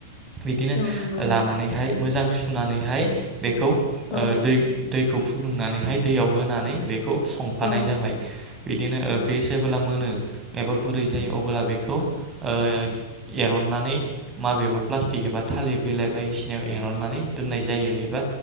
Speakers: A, on the right; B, on the left.
A: बिदिनो
B: औ नंगौ औ नंगौ
A: लानानैहाय मोजां सुनानैहाय बेखौ
B: औ
A: दै-दैखौ फुदुंनानैहाय दैयाव होनानै बे खौ संफानाय
B: औ नंगौ औ नंगौ औ नंगौ औ
A: जाबाय बिदिनो बे जेबोला मोनो एबा गुरै जायो अब्ला बेखौ ओ एरननानै माबेबा प्लास्टिक एबा थालिर बिलाइ बायदिसिनायाव एरननानै दोननाय जायो एबा